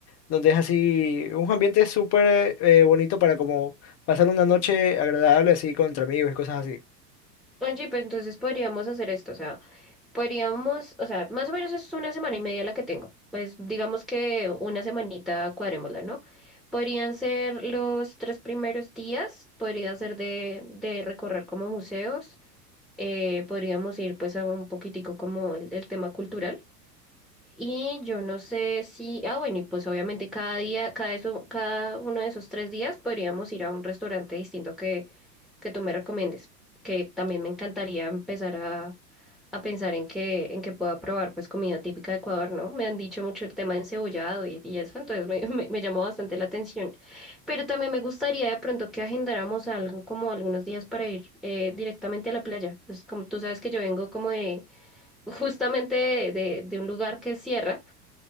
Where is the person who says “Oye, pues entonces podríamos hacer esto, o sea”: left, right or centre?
Centre